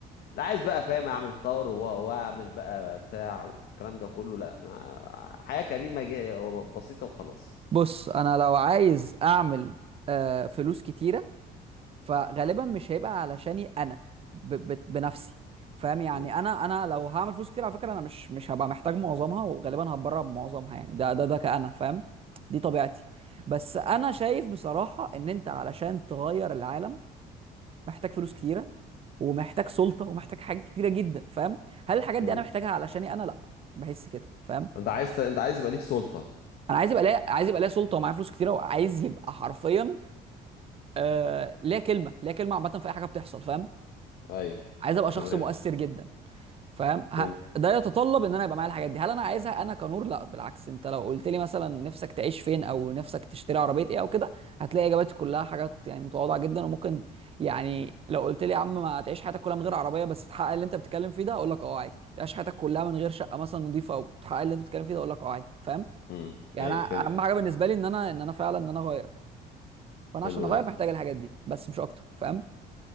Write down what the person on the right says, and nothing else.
بص انا لو عايز اعمل آه فلوس كتيره فغالبا مش هيبقى علشاني انا ب ب بنفسي فاهم يعني
انا انا لو هعمل فلوس كتير على فكره انا مش مش هبقى محتاج معظمها وغالبا هتبرع بمعظمها يعني ده ده ده كأنا فاهم دي طبيعتي بس انا شايف بصراحه ان انت علشان تغير العالم محتاج فلوس كتيره ومحتاج سلطه ومحتاج حاجات كتيره جدا فاهم هل الحاجات
دي انا محتاجها علشاني انا لا بحس كده فاهم
انا عايز يبقى ليا عايز يبقى ليا سلطه ومعايا فلوس كتيره وعايز يبقى حرفيا آه ليا كلمه ليا كلمه عامه في اي حاجه بتحصل فاهم
عايز ابقى شخص
مؤثر جدا فاهم
ه... ده يتطلب ان انا يبقى معايا الحاجات دي هل انا عايزها انا كنور لا بالعكس انت لو قلت لي مثلا نفسك تعيش فين او نفسك تشتري عربيه ايه او كده هتلاقي اجاباتي كلها حاجات يعني متواضعه جدا وممكن يعني لو قلت لي يا عم ما تعيش حياتك كلها من غير عربيه بس تحقق اللي انت بتتكلم فيه ده اقول لك اه عادي تعيش حياتك كلها من غير شقه مثلا نظيفه او تحقق اللي انت بتتكلم فيه ده اقول لك اه عادي فاهم
يعني
أنا
اهم حاجه بالنسبه لي ان انا ان انا فعلا ان انا اغير فانا
عشان اغير
محتاج الحاجات دي بس مش اكتر فاهم